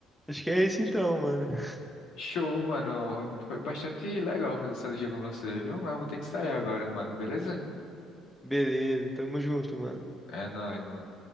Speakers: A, in the centre; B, on the left.
A: Acho que é isso então, mano. <laughs>
B: Show, mano. Foi bastante legal fazer essa liga com você, viu? Mas eu vou ter que sair agora, mano. Beleza?
A: Beleza, tamo junto, mano.
B: É nóis, mano.